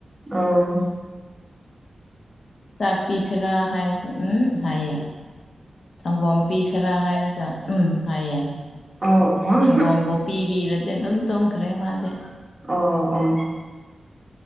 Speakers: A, on the right; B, on the left.
A: ꯑꯣ
B: ꯆꯥꯛꯄꯤꯁꯤꯔꯥ ꯍꯥꯏꯔꯁꯨ ꯎꯝ ꯍꯥꯏꯌꯦ ꯁꯪꯒꯣꯝ ꯄꯤꯁꯦꯔꯥ ꯍꯥꯏꯔꯒ ꯎꯝ ꯍꯥꯏꯌꯦ
A: ꯑꯣ ꯑꯣ
B: ꯁꯪꯒꯣꯝꯕꯨ ꯄꯤꯕꯤꯔꯗꯤ ꯑꯗꯨꯝ ꯇꯨꯝꯈ꯭ꯔꯦ ꯃꯥꯗꯤ
A: ꯑꯣ ꯑꯣ